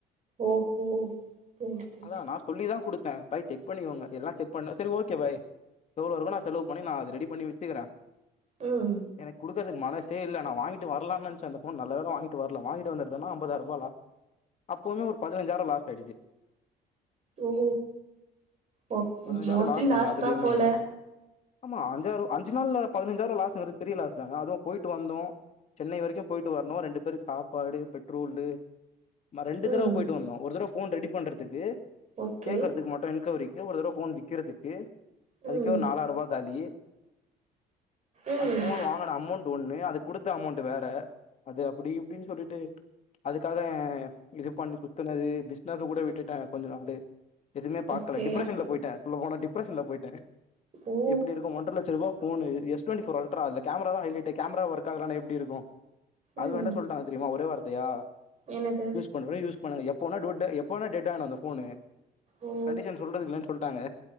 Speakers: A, on the right (about 45°); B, on the left (about 40°).
A: ஓஹோ புரியுது.
B: அதா நா சொல்லிதா குடுத்தே பாய் செக் பண்ணிகோங்க எல்லா செக் பண்ணே செரி ஓகே பாய் எவ்ளோ இருக்கு நா செலவு பண்ணி நா அத ரெடி பண்ணி வித்துகுறே
A: ம்
B: எனக் குடுக்கறதுக் மனசே இல்ல நா வாங்கிட்டு வர்லான் நென்ச்சே அந்த ஃபோன் நல்ல வேல வாங்கிட்டு வர்ல வாங்கிட்டு வந்தனா அம்பதாயிர்பா லா அப்பவுமே ஒரு பதினஞ்சாயிர லாஸ் ஆயிடுச்சி
A: ஓ ஓ
B: பதினஞ்சாயிர
A: மோஸ்ட்லி
B: லாஸ்ங்க
A: லாஸ்
B: அதுலியுமே
A: தா போல
B: ஆமா அஞ்சாறு அஞ்சு நாள்ல பதினஞ்சாயிர லாஸ்ங்கறது பெரிய லாஸ் தான அதுவு போய்ட்டு வந்தோ சென்னை வரைக்கும் போயிட்டு வர்ணு ரெண்டு பேருக் சாப்பாடு பெட்ரோலு ம ரெண்டு
A: ம்
B: தரவப் போயிட்டு வந்தோ ஒரு தரவ ஃபோன் ரெடி பண்றதுக்கு
A: ஓகே
B: கேக்கறதுக்கு மட்டு என்கோரி கு ஒரு தரவ ஃபோன் விக்கிறதுக்கு அதுக்கே
A: ம்
B: ஒரு நாலாயிரபா காலி
A: ம்
B: அந்த ஃபோன் வாங்கன அமௌண்ட் ஒன்னு அதுப் குடுத்த அமௌண்ட்டு வேற அது அப்டி இப்டின் சொல்லிட்டு அதுக்காக இதுப் பண்ணி சுத் துனது பிஸ்னஸ கூட விட்டுட்டே கொஞ்ச நாளு எதுவுமே பாக்கல
A: ஓகே
B: டிப்ரஷன்ல போயிட்டே உள்ள போனா டிப்ரஷன்ல போய்ட்டே
A: ஓ
B: எப்டி இருக்கு ஒன்ற லட்சருபா phone S twenty four ultra அதல கேமராதா ஹலைட்டே கேமரா ஒர்க் ஆகலனா எப்டி இருக்கு அது
A: ம்
B: வேண்டா சொல்ட்டாங்க தெரியுமா ஒரே வார்த்தையா
A: என்னது
B: கொண்டு போய் யூஸ் பண்ணுங்க எப்ப வேணா டூட்டே எப்ப வேணா டெட் ஆகனு அந்த ஃபோனு
A: ஓ
B: கண்டிஷன் சொல்றதுக் கில்லன் சொல்ட்டாங்க